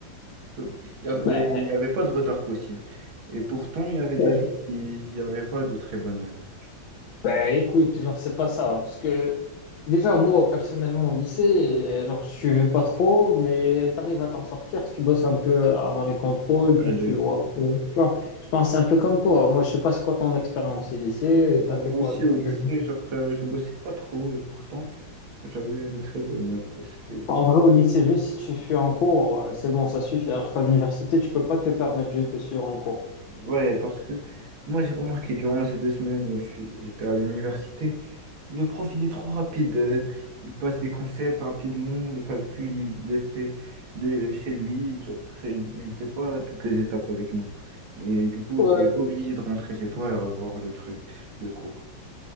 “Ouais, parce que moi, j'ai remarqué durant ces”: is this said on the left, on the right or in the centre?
Right